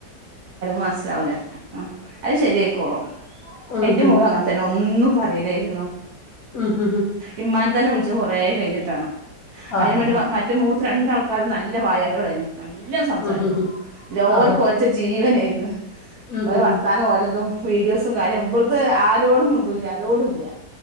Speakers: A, on the right; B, on the left.
A: മനസിലാവില്ല മ്മ് അത് ശരിയായിക്കോളും
B: ഉം
A: ഇന്റെ
B: ഹും
A: മോളും അങ്ങനെന്നെ ഒന്നും പറയിലായിരുന്നു
B: ഉം ഹും ഹും
A: ഇമ്മാന്നെ തന്നെ വിളി ച്ച് കുറേ കഴിഞ്ഞിട്ടാണ്
B: ആ
A: അതിന്
B: ഹ
A: മുന്നേ
B: ഹ
A: മറ്റേ മൂ രണ്ടാൾക്കാരും നല്ല നല്ല വായാടികളായിരുന്നു എല്ലാം സംസാരിക്കും
B: ഉം ഹും ഹും
A: എല്ലാർക്കും
B: ആ ഹ
A: ഓര്ന്ന് വച്ചാ ജീവനായിരുന്നു
B: ഉം
A: ഓരെ
B: ഹും ഹും
A: വർത്താനോം ഓരോതും വീഡിയോസ് കാര്യം ഇത് ആരോടും മിണ്ടൂല്ല ആരോടുംല്ല